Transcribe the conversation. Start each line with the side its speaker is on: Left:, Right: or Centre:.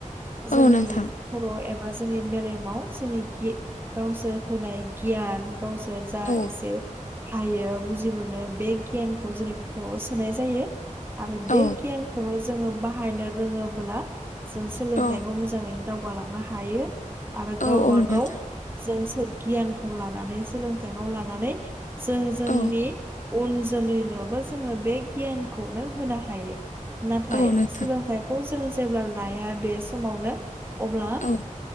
Right: जोंनि
Left: औ नोंथां
Right: खर एबा जोंनि मेलेमाव जोंनि गावसोर होनाय गियान गावसोर जा
Left: औ
Right: इसे हायो बुजि मोनो बे गियानखौ जोंनि खर'आव सोनाय जायो। आरो
Left: औ
Right: बे गियानखौनो जोङो बाहायनो रोङोब्ला जों सोलोंथाइखौ
Left: औ
Right: मोजां मोजाङैनो दावगालांनो हायो आरो
Left: औ
Right: गावबा
Left: औ नोंथां
Right: गाव जों गियानखौ लानानै सोलोंथाइखौ लानानै जों जोंनि
Left: औ
Right: उन जोलैनोबो जोङो बे गियानखौनो होनो हायो नाथाय
Left: औ नोंथां
Right: सोलोंथाइखौ जों जेब्ला लाया बे समावनो अब्ला
Left: औ